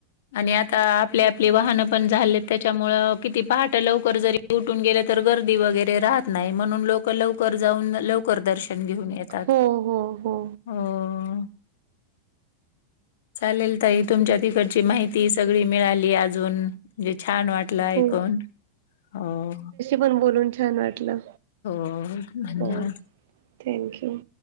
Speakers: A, on the left; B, on the right.
A: आणि आता आपली आपली वाहनं पण झालेत त्याच्यामुळं किती पहाट लवकर जरी उठून गेले तर गर्दी वगैरे राहत नाही म्हणून लोक लवकर जाऊन लवकर दर्शन घेऊन. येतात.
B: हो हो हो
A: हो चालेल तई तुमच्या तिकड. ची माहिती सगळी मिळाली अजून म्हणजे छान वाट ला ऐकून
B: हो
A: हो
B: पण बोलून छान वाटलं
A: हो, धन्यवाद.
B: हो Thank you